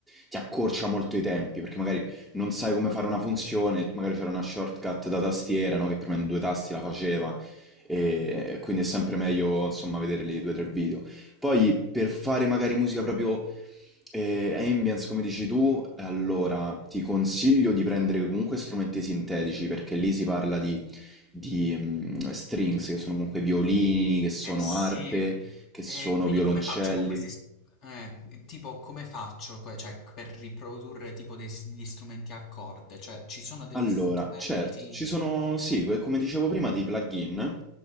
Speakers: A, in the centre; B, on the left.
A: ti accorcia molto i tempi, perché magari non sai come fare una funzione, magari c'era una shortcut da tastiera, no, che premendo due tasti la faceva, e quindi è sempre meglio, insomma, vedere lì due o tre video. Poi per fare magari musica proprio eh, ambience, come dici tu, allora ti consiglio di prendere comunque strumenti sintetici, perché lì si parla di di mm, strings, che sono comunque violini, che sono
B: eh sì.
A: arpe, che sono
B: E quindi
A: violoncelli.
B: come faccio con questi s- eh, tipo come faccio que- cioè, per riprodurre tipo dei s- degli strumenti a corde? Cioè, ci sono degli
A: Allora,
B: strumenti
A: certo, ci sono, sì, que- come dicevo prima, dei plugin.